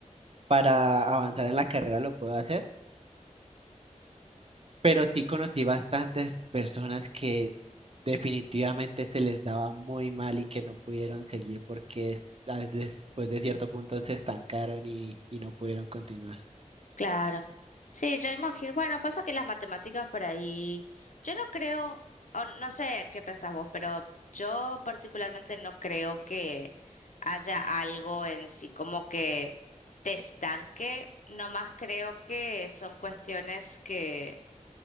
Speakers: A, on the right; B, on the left.
A: para avanzar en la carrera, lo puedo hacer. Pero sí conocí bastantes personas que definitivamente se les daba muy mal y que no pudieron seguir porque es- a- después de cierto punto se estancaron y, y no pudieron continuar.
B: Claro. Sí, yo imagino. Bueno, pasa que las matemáticas por ahí. Yo no creo, o no sé qué pensás vos, pero yo particularmente no creo que haya algo en sí como que te estanque. Nomás creo que son cuestiones que